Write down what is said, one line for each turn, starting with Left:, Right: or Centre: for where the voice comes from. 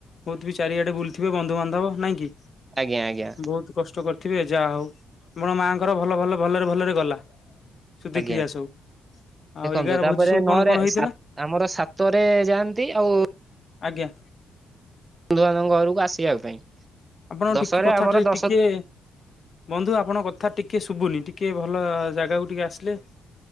Left: ବହୁତ ବି ଚାରିଆଡେ ବୁଲିଥିବେ ବନ୍ଧୁବାନ୍ଧବ ନାଇଁ କି?
Right: ଆଜ୍ଞା ଆଜ୍ଞା
Left: ବହୁତ କଷ୍ଟ କରିଥିବେ ଯାହା ହଉ ଆପଣ ମାଆଙ୍କର ଭଲ ଭଲ ଭଲରେ ଭଲରେ ଗଲା, ସୁଧିକ୍ରିଆ
Right: ଆଜ୍ଞା
Left: ସବୁ। ଆଉ
Right: ଦେଖନ୍ତୁ
Left: ଏଗାର
Right: ତାପରେ
Left: ଭୋଜି ସବୁ
Right: ନଅରେ
Left: କଣ କଣ ହେଇଥିଲା?
Right: ଆମର ସାତରେ ଯାଆନ୍ତି ଆଉ
Left: ଆଜ୍ଞା।
Right: ବନ୍ଧୁବାନ୍ଧବଙ୍କ ଘରକୁ ଆସିବା ପାଇଁ।
Left: ଆପଣ
Right: ଦଶରେ
Left: ଟିକେ କଥାଟାରେ
Right: ଆମର ଦଶ
Left: ଟିକେ ବନ୍ଧୁ ଆପଣଙ୍କ କଥା ଟିକେ ଶୁଭୁନି, ଟିକେ ଭଲ ଜାଗାକୁ ଟିକେ ଆସିଲେ।